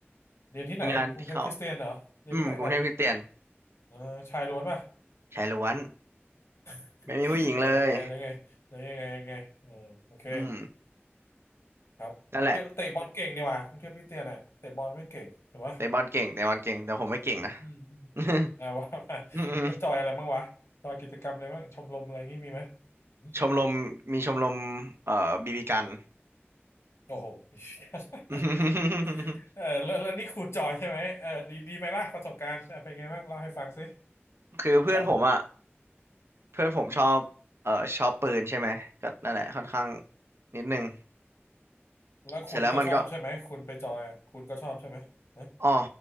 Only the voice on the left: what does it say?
เรียนที่ไหนกรุงเทพคริสเตียนเหรอเรียนที่ไหนก่อน
เออชายล้วนป่ะ
<laughs>
เออแล้วยังไงแล้วยังไงแล้วยังไงยังไงเออโอเค
ครับเกเตะบอลเก่งดีว่ยกรุงเทพคริสเตียนอ่ะเตะบอลแม่งเก่งถูกปะ
อืม
อ่าว่า <laughs> มาแล้วจอยอะไรบ้างวะจอยกิจกรรมอะไรบ้างชมรมอะไรงี้มีไหม
หึ
โอ้โห <laughs>
เออแล้วแล้วนี่คุณจอยใช่ไหมเออดีดีไหมล่ะประสบการณ์เออเป็นไงบ้างเล่าให้ฟังสิ
ครับ
แล้วคุณก็ชอบใช่ไหมคุณไปจอยอ่ะคุณก็ชอบใช่ไหมนะ